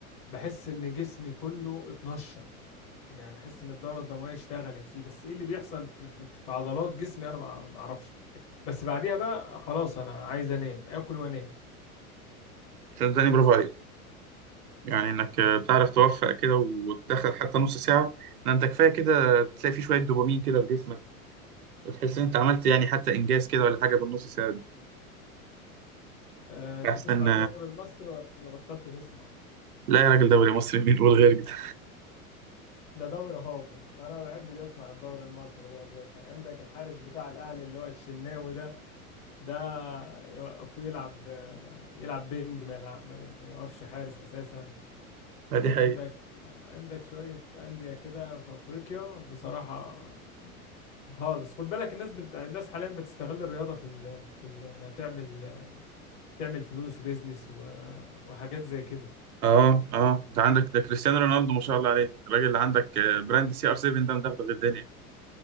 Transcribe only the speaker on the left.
بحس ان جسمي كله اتنشط يعني احس ان الدورة الدموية اشتغلت فيه بس ايه اللي بيحصل في, في... في عضلات جسمي انا ما ما اعرفش بس بعديها بقى خلاص انا عايز انام اكل وانام
آه، بتسمع
الدوري المصري ولا بطلت تسمع
ده دوري هابط انا ما بحبش اسمع الدوري المصري ده اساسا عندك الحارس بتاع الاهلي اللي هو الشناوي ده ده يوقفوه يلعب آه، يلعب بينج ما يلعب ما ما يوقفش حارس اساسا
وعندك
عندك شويه انديه كده في افريقيا بصراحه خالص خد بالك الناس بت... الناس حاليا بتستغل الرياضه في ال... في ال... انها تعمل تعمل فلوس وبيزنس و... وحاجات زي كده